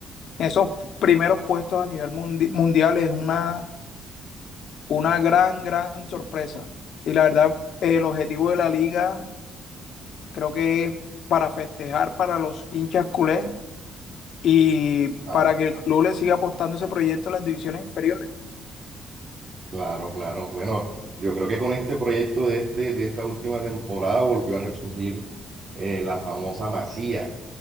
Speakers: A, on the left; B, on the right.
A: esos primeros puestos a nivel mundi- mundial es una, una gran, gran sorpresa. Y la verdad, el objetivo de la liga Creo que es para festejar para los hinchas culés y
B: Claro,
A: para que el club le siga apostando ese proyecto en las divisiones inferiores.
B: claro, claro. Bueno, yo creo que con este proyecto de este, de esta última temporada volvió a resurgir eh, la famosa Masía